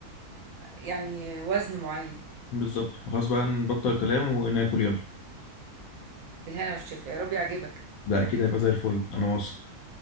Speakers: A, on the right; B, on the left.
A: يعني وزن معين
B: بالظبط خلاص بقى نبطل كلام وناكل يلا
A: بالهنا والشفا يا رب يعجبك
B: ده اكيد هيبقى زي الفل انا واثق